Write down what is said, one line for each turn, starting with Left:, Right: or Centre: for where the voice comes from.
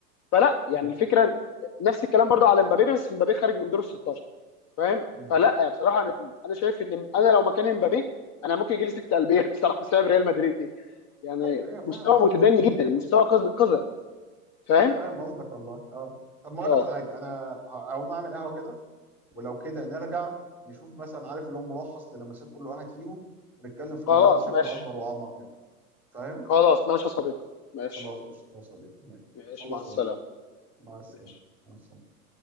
Left: فلا يعني
Centre: م-
Left: الفكره نفس الكلام برضه على مبابي بس مبابي خارج من دور ال 16 فاهم
Centre: م.
Left: فلا يعني بصراحه انا انا شايف ان انا لو مكان مبابي انا ممكن يجي لي سكته قلبيه <laughs> بصراحه بسبب ريال مدريد دي يعني
Centre: ايوه ايوه فاهم
Left: مستوى
Centre: قصدي
Left: متدني جدا مستوى قذر فاهم
Centre: انا فاهم قصدك والله اه طب ما اقول
Left: اه
Centre: لك على حاجه انا هقوم اعمل قهوه كده ولو كده نرجع نشوف مثلا عارف اللي هو ملخص للمسات كل واحد فيهم ونتكلم في الموضوع
Left: خلاص
Centre: بشكل
Left: ماشي
Centre: اكبر واعمق يعني فاهم
Left: خلاص ماشي يا صديقي ماشي
Centre: خلاص قشطة يا صديقي ماشي
Left: ماشي
Centre: خلص
Left: مع السلامه
Centre: واجيلك مع السلامه
Left: ماشي
Centre: مع السلامه